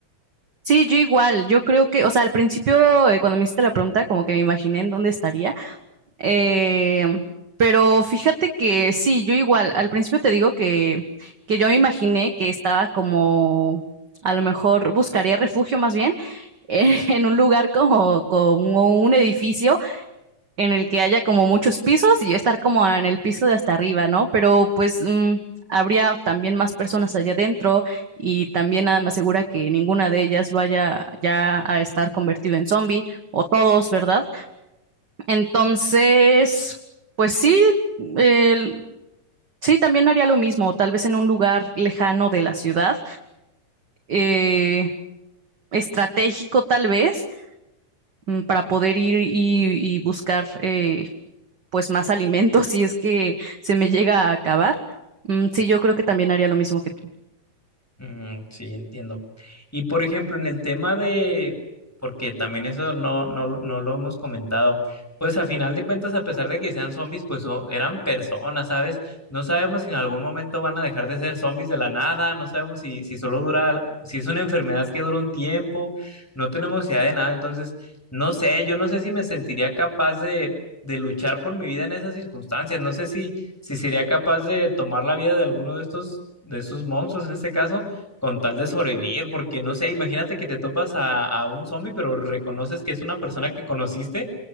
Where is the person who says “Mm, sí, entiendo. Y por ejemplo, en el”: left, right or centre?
Centre